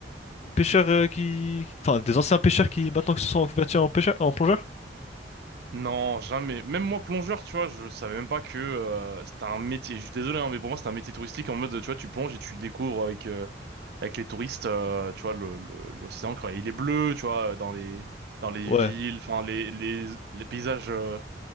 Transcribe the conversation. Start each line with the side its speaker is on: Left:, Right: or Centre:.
Left: pêcheurs euh, qui... Enfin, des anciens pêcheurs qui maintenant se sont reconvertis en pêcheurs, en plongeurs?
Right: Non, jamais. Même moi, plongeur, tu vois, je savais même pas que euh, c'était un métier. Je suis désolé, hein, mais pour moi, c'était un métier touristique en mode, tu vois, tu plonges et tu découvres avec, euh, avec les touristes, euh, tu vois, le, le- l'océan, quand il est bleu, tu vois, dans les, dans les
Left: Ouais.
Right: villes, enfin, les, les, les paysages, euh,